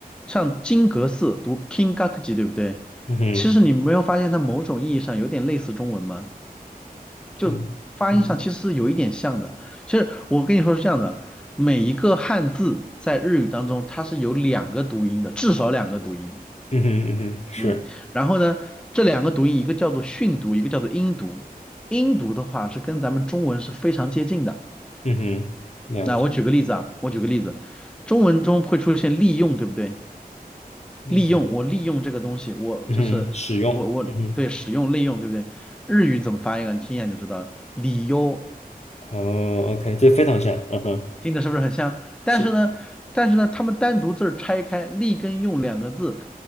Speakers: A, in the centre; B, on the left (about 45°).
A: 像金阁寺读 Kingakuji，对不对？
B: 嗯哼。
A: 其实你没有发现它某种意义上有点类似中文吗？就发音上其实是有一点像的。
B: 嗯嗯
A: 其实我跟你说是这样的，每一个汉字在日语当中它是有两个读音的，至少两个读音。
B: 嗯哼嗯哼，是，
A: 嗯，然后呢，这两个读音，一个叫做训读，一个叫做音读。音读的话是跟咱们中文是非常接近的。
B: 嗯哼，了解，
A: 那我举个例子啊，我举个例子，中文中会出现利用，对不对？
B: 利用，
A: 利用，我利用这个东西，我就是我我对使用利用，
B: 嗯哼，使用，嗯
A: 对不对？日语怎么翻译啊？你听一下你就知道了，理由
B: 哼，哦，OK，这非常像，嗯哼，
A: 听着是不是很像？但是呢，
B: 是
A: 但是呢，他们单独字儿拆开，立跟用两个字